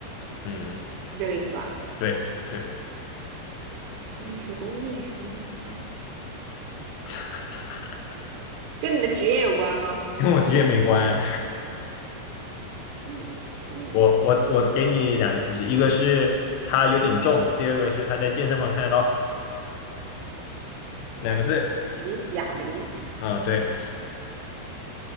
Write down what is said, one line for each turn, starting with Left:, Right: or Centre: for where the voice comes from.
Left: 嗯，
Right: 是这个意思吧？
Left: 对对，
Right: 然后你学公共卫生的，
Left: <laughs>
Right: 跟你的职业有关吗？
Left: 跟我职业没关，
Right: 嗯嗯。
Left: 我我我给你两个提示，一个是它有点重，第二个是它在健身房看得到，两个字。
Right: 零，哑铃。
Left: 啊，对，